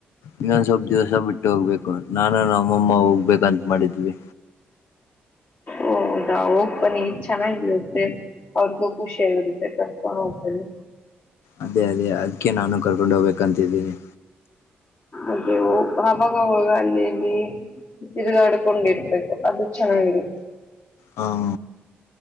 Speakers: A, on the left; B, on the left.
A: ಇನ್ನೊಂದ್ ಸ್ವಲ್ಪ ದಿವ್ಸ ಬಿಟ್ಟ ಹೋಗ್ಬೇಕು ನಾನ ನ ನಮ್ಮಮ್ಮ ಹೋಗ್ಬೇಕಂತ ಮಾಡಿದ್ವಿ
B: ಓ ಹೌದಾ ಓಪನಿ ಚೆನ್ನಾಗಿಲ್ಲತ್ತೆ ಅವ್ರಗೂ ಖುಷಿಯಲ್ಲಿರುತ್ತೆ ಕರ್ಕೊಂಡು ಹೋಗ್ತಲ್ಲ
A: ಅದೇ ಅದೇ ಅದಕ್ಕೆ ನಾನು ಕರ್ಕೊಂಡ ಹೋಗ್ಬೇಕಂತಿದ್ದೀನಿ
B: ಅದೇ ಅವವಾಗ ಅಲ್ಲಿಲ್ಲಿ ತಿರುಗಾಡ್ಕೊಂಡಿರ್ಬೇಕು ಅದು ಚೆನ್ನಾಗಿರಿ
A: ಹ್ಮ